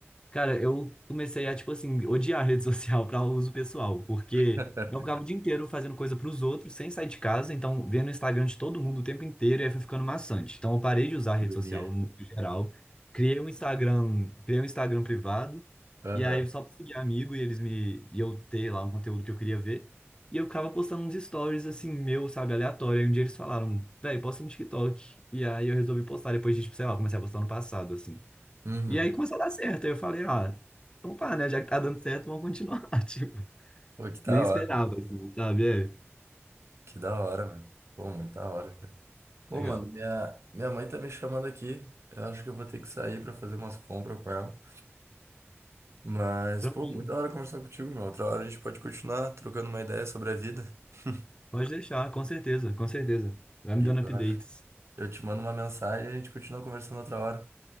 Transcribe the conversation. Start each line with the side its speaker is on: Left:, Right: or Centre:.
Left: Cara, eu comecei a, tipo assim, odiar a rede <laughs> social para uso pessoal, porque
Right: <laughs>
Left: eu ficava o dia inteiro fazendo coisa pros outros, sem sair de casa, então vendo o Instagram de todo mundo o tempo inteiro, e aí foi ficando maçante. Então eu parei de usar a rede
Right: Agonia.
Left: social no geral, criei um Instagram, criei um Instagram privado,
Right: Aham.
Left: e aí só pra seguir amigo, e eles me, e eu ter lá um conteúdo que eu queria ver, e eu ficava postando uns stories, assim, meu, sabe, aleatório, e um dia eles falaram, véi, posta no TikTok, e aí eu resolvi postar, depois de, tipo, sei lá, comecei a postar no passado, assim.
Right: Uhum.
Left: E aí começou a dar certo. Aí eu falei, ah, então pá, né? Já que tá dando certo, vamos continuar. <laughs> Tipo,
Right: Pô, que da
Left: nem esperava,
Right: hora.
Left: assim, sabe? É,
Right: Que da hora, mano. Pô, muito da hora, cara. Pô,
Left: legal.
Right: mano, minha, minha mãe tá me chamando aqui. Eu acho que eu vou ter que sair pra fazer umas compras com ela. Mas,
Left: Tranquilo.
Right: pô, muito da hora conversar contigo, meu. Outra hora a gente pode continuar trocando uma ideia sobre a vida. <laughs>
Left: Pode deixar, com certeza, com certeza. Vai
Right: O
Left: me
Right: que
Left: dando
Right: que tu
Left: updates.
Right: acha? Eu te mando uma mensagem e a gente continua conversando outra hora.